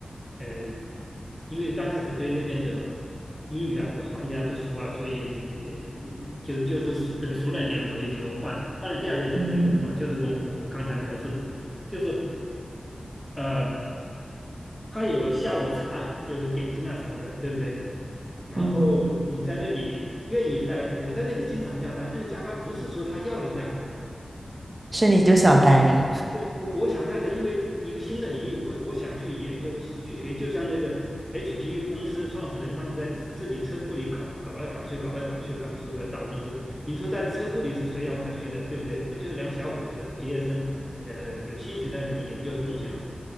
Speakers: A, in the centre; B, on the right.
A: 呃，因为刚开始对那边的英语啊的环境还不熟啊，所以呃就就是熟等熟了一点，我也就换了。换了第二家就是一个很好，
B: 嗯
A: 就是跟我我刚才描述的，就是呃，他有下午茶，就是点心啊什么的，对不对？然后你在那里愿意待，
B: 嗯，
A: 我在那里经常加班，那个加班不是说他要你加班，
B: 是你就想待着
A: 对，我我想带着，因为一个新的领域，我我想去研究去学，就像那个 HP 公司创始人他们在自自己车库里搞搞来搞去，搞来搞去，搞出个大公司。你说在车库里是谁要他去的，对不对？他们就是两个小伙子毕业生，呃，有兴趣在那里研究的东西嘛。